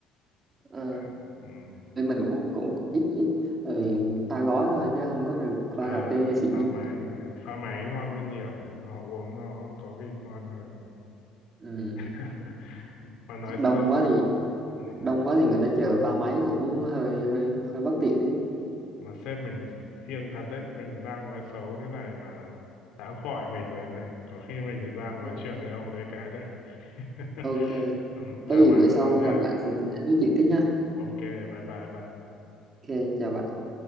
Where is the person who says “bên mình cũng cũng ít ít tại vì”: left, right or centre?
Right